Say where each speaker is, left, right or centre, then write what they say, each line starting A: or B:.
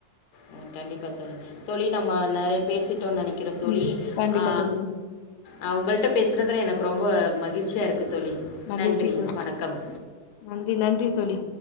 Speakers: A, on the left; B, on the left.
A: ம் கண்டிப்பா தோழி தோழி நம்ம நெறைய பேசிட்டோன்னு நெனைக்கிற தோழி
B: ம் கண்டிப்பா
A: ஆ
B: தோழி
A: ஆ உங்கள்ட்ட பேசுறதுல எனக்கு ரொம்ப மகிழ்ச்சியா இருக்கு தோழி
B: மகிழ்ச்சி
A: நன்றி
B: தோழி
A: வணக்கம்
B: நன்றி நன்றி தோழி